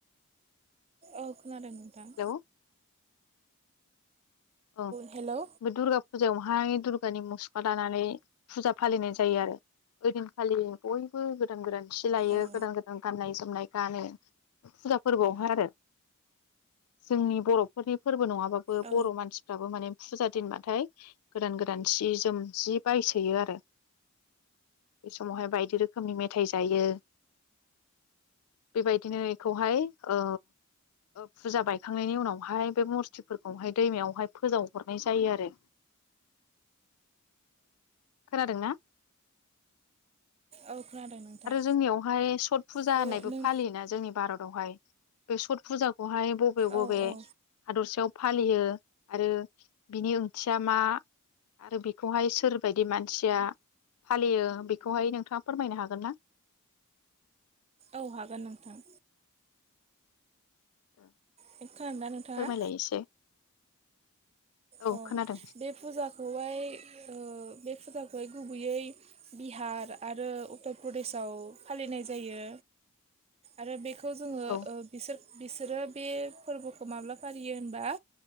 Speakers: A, on the right; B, on the left.
A: औ खानादों नोंथां।
B: हेलौ औ
A: हेल' औ
B: बे दुर्गा फुजायावहाय दुर्गानि मुसुखा लानानै फुजा फालिनाय जायो आरो। ओइ दिनखालि बयबो गोदान गोदान थि लायो
A: औ
B: गोदान गोदान गाननाय जोमनाय गानो फुजा फोरबोआवहाय आरो जोंनि बर'फोरनि फोरबो नङाबाबो
A: औ
B: बर' मानसि फाराबो माने फुजा दिनबाथाय गोदान गोदान सि जोम जि बायसोयो आरो बे समावहाय बायदि रोखोम रोखोमनि मेथाइ जायो। बेबायदिनो इखौहाय ओ फुजा बायखांनायनि उनावहाय बे मुरतिफोरखौहाय दैमायावहाय फोजावहरनाय जायो आरो। खोनादोंना?
A: औ खोनादों नोंथां
B: आरो जोंनियावहाय सत फुजा
A: थ'
B: होननायबो
A: नों
B: फालियोना जोंनि भारत आवहाय बे सत फुजाखौहाय बबे बबे
A: औ औ
B: हादरसायाव फालियो आरो बिनि ओंथिया मा आरो बेखौहाय सोर बायदि मानसिया फालियो। बेखौ नोंथाङा फोरमायनो हागोन?
A: औ हागोन नोंथां।
B: <inaudible>
A: खोनादों ना नोंथाङा?
B: फोरमायलाय एसे औ
A: अ
B: खोनादों
A: बे फुजाखौहाय ओ बे फुजाखौ खौ गुबैयै बिहार आरो उत्तर प्रदेशाव फालिनाय जायो। आरो बेखौ जोङो
B: औ
A: ओ बि बिसोरो बे फोरबोखौ माब्ला फालियो होनबा